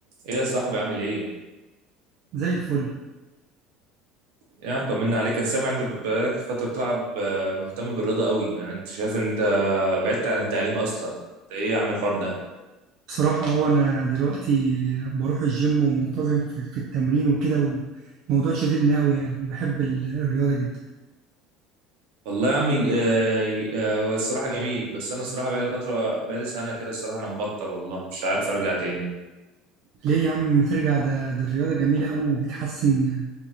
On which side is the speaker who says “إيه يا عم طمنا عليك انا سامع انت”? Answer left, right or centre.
Right